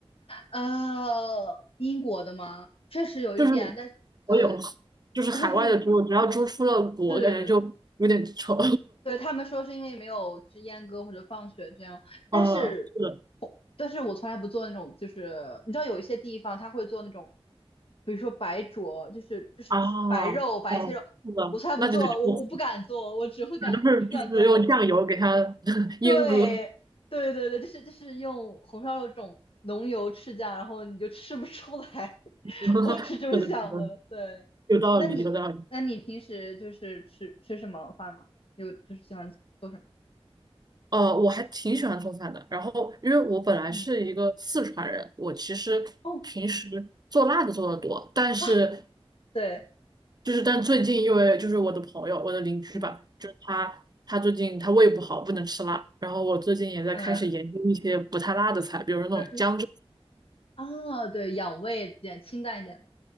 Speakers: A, on the left; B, on the right.
A: 呃，英国的吗？确实有一点，
B: 就是
A: 但是对，
B: 我有，就是海外的猪，
A: <laughs>
B: 只要猪出了国，
A: 是，
B: 感觉就有点丑。
A: 对他们说是因为没有就是阉割或者放血这样，
B: <laughs>
A: 但是，
B: 啊，是的，
A: 但是我从来不做那种，就是你知道有一些地方他会做那种，比如说白灼，就是就是就是白肉白切肉，
B: 啊，哦，是的，
A: 我从来不做，
B: 那就得出，
A: 我我不敢做，我只会敢只敢做
B: 都是就是用酱油给它 <laughs>
A: 对，
B: 阉割。
A: 对对对，就是就是用红烧肉这种浓油赤酱，然后你就吃不出来，<laughs>
B: <laughs>
A: 我是这么想的。
B: 是的，是的，
A: 对，
B: 有道理，
A: 那你那你平时就是吃吃什么饭吗？
B: 有道理。
A: 有就是喜欢做什么？
B: 呃，我还挺喜欢做饭的。然后，因为我本来是一个四川人，
A: 嗯，
B: 我其实平时做辣的做的多，
A: 哦
B: 但是
A: 啊，对，
B: 就是，但最近因为就是我的朋友，我的邻居吧，
A: 嗯
B: 就是他，他最近他胃不好，不能吃辣。然后我最近也在开始研究一些不太辣的菜，
A: 嗯，
B: 比如说那种姜汁。
A: 对你啊，对，养胃一点，清淡一点。